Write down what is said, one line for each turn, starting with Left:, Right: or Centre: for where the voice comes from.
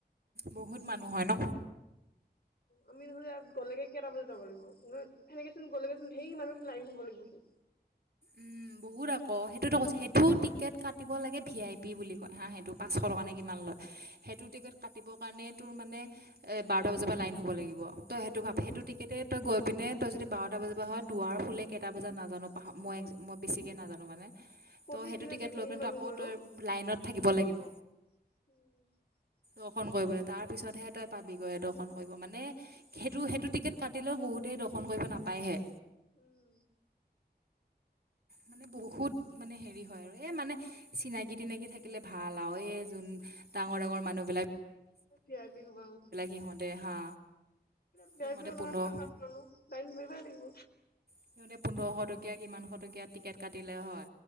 Right: বহুত মানুহ হয় ন
Left: আমি নহলে গলেগে কেইটা বজাত যাব লাগিব সেনেকে চুন গলেগে চুন ধেই মানুহচুন লাইন ধৰিব লাগিবচুন
Right: উম বহুত আকৌ সেইটোতো কৈছ সেইটো টিকেট কাটিব লাগে ভি আই পি বুলি কয় হা সেইটো পাঁচশ টকা নে কিমান লয় সেইটো টিকেট কাটিব কাৰণে তোৰ মানে এ বাৰটা বজাৰ পৰা লাইন হব লাগিব তই সেইটো ভাব
Left: অ
Right: সেইটো টিকেতে তই গৈ পিনে তই যদি বাৰটা বজাৰ পৰা হয় দুৱাৰ খোলে কেইটা বজাত নাজানো পাহৰি মই এক মই বেছিকৈ নাজানো মানে
Left: প্ৰতিদিনে
Right: ত' সেইটো টিকেট
Left: চাগে
Right: লৈ
Left: ধেৰ
Right: পিনে
Left: মানুহ
Right: আকৌ
Left: হয়
Right: তই লাইনত থাকিব লাগিব
Left: উম
Right: অখন কএ বোলে তাৰ পিছতহে তই পাবিগৈ দৰ্শন কৰিব মানে সেইটো সেইটো টিকেট কাটিলেও বহুত তেই দৰ্শন কৰিব নাপায়হে
Left: উম
Right: মানে বহুত মানে হেৰি হয় আৰু এ মানে চিনাকি টিনাকি থাকিলে ভাল আও এই যোন ডাঙৰ ডাঙৰ মানুহ
Left: ভি আই পি হবা উম
Right: সিহঁতে হা
Left: ভি
Right: সিহঁতে
Left: আই পি নহয়
Right: পোন্ধৰ
Left: সাতনো লাইন ধৰিবাই লাগিব
Right: সিহঁতে পোন্ধৰশ টকীয়া কিমানশ টকীয়া টিকেট কাটিলে হয়